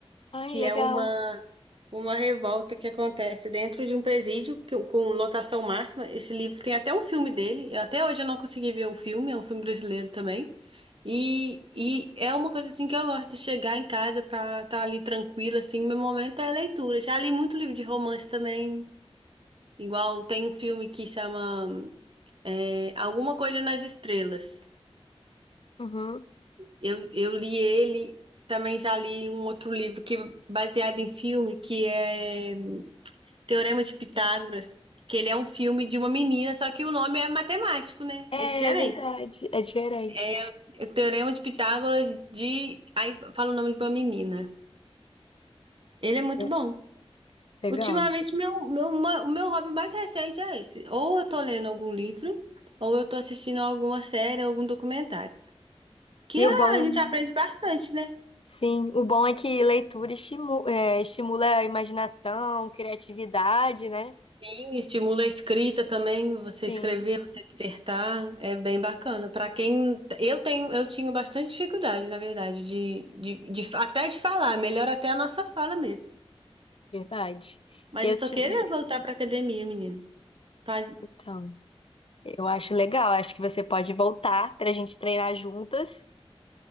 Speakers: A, on the left; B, on the right.
A: Ai,
B: que
A: legal.
B: é uma uma revolta que acontece dentro de um presídio que- com lotação máxima. Esse livro tem até um filme dele. Eu, até hoje eu não consegui ver o filme, é um filme brasileiro também. E, e é uma coisa assim que eu gosto de chegar em casa pra estar ali tranquila, assim. Meu momento é a leitura. Já li muito livro de romance também. Igual tem um filme que chama é, Alguma Coisa nas Estrelas.
A: Uhum.
B: Eu, eu li ele, também já li um outro livro que é baseado em filme, que é. Teorema de Pitágoras, que ele é um filme de uma menina, só que o nome é matemático, né?
A: É,
B: É diferente.
A: é verdade. É diferente.
B: É o Teorema de Pitágoras de. Aí fala o nome de uma menina. Ele é muito
A: É,
B: bom.
A: Legal.
B: Ultimamente, meu, meu, ma- o meu hobby mais recente é esse. Ou eu tô lendo algum livro, ou eu tô assistindo alguma série, algum documentário. Que
A: E o bom,
B: a gente aprende bastante, né?
A: sim, o bom é que leitura estimu- é, estimula, a imaginação, criatividade, né?
B: Sim, estimula a escrita também, você
A: Sim,
B: escrever, você dissertar, é bem bacana. Para quem eu tenho, eu tinha bastante dificuldade, na verdade, de, de, de- até de falar, melhor até a nossa fala mesmo.
A: verdade.
B: Mas
A: Eu
B: eu tô
A: tinha.
B: querendo voltar para academia, menino. Pra,
A: Então, eu acho legal. Acho que você pode voltar pra gente treinar juntas.